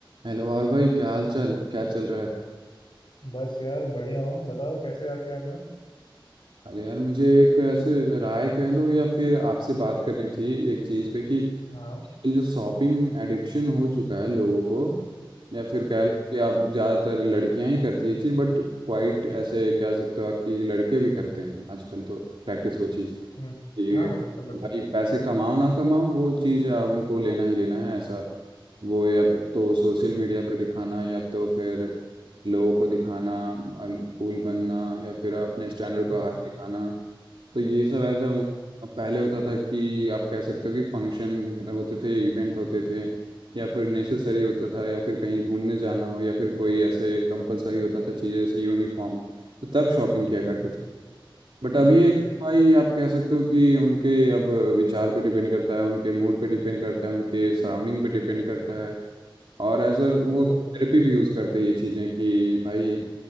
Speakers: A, on the right; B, on the left.
A: Hello और भाई क्या हाल चाल क्या चल रहा है
B: बस यार बढ़िया हूँ बताओ कैसे याद किया आपने
A: अरे यार मुझे एक ऐसे राय कह लो या फिर आपसे बात करनी थी एक चीज़ पे कि
B: हाँ
A: ये जो शॉपिंग एडिक्शन हो चुका है लोगों को या फिर कह
B: जी
A: लो कि आप ज़्यादातर लड़कियां ही करती है चीज़ बट क्वाइट ऐसे कह सकते हो आपकी लड़के भी करते हैं आजकल तो प्रैक्टिस वो चीज़
B: हम्म
A: कि
B: हाँ हाँ बिल्कुल बिल्कुल
A: भाई पैसे कमाओ ना कमाओ वो चीज आ, उनको लेना ही लेना है ऐसा वो या फिर तो सोशल मीडिया पे दिखाना या तो फिर लोगों को दिखाना कूल बनना या फिर अपने स्टैंडर्ड को
B: हम्म
A: हाई
B: हम्म
A: दिखाना तो ये सब ऐसा
B: हम्म
A: अब पहले होता था कि आप कह सकते हो कि फंक्शन होते थे इवेंट होते थे या फिर नेसेसरी होता था या फिर कहीं घूमने जाना हो या फिर कोई ऐसे कंपलसरी होता था चीज़ जैसे यूनिफॉर्म तो तब शॉपिंग किया करते
B: हम्म,
A: थे बट अब ये
B: जी
A: भाई आप कह सकते हो कि उनके अब विचार पे डिपेंड करता है उनके मूड पे डिपेंड करता है उनके सराउंडिंग पे डिपेंड करता है और एज अ वो
B: बिल्कुल
A: थेरेपी भी यूज़ करते हैं ये चीज़ें कि भाई